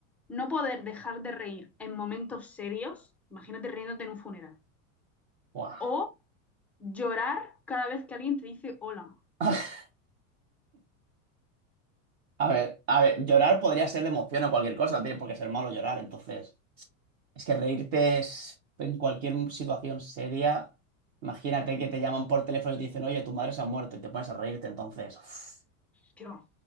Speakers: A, in the centre; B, on the right.
A: ¿No poder dejar de reír en momentos serios? Imagínate riéndote en un funeral.
B: Buah.
A: ¿O llorar cada vez que alguien te dice hola?
B: <laughs> A ver, a ver, llorar podría ser de emoción o cualquier cosa, no tiene por qué ser malo llorar, entonces. Es que reírte es en cualquier situación seria. Imagínate que te llaman por teléfono y te dicen, oye, tu madre se ha muerto y te pones a reírte, entonces. uf.
A: Dios.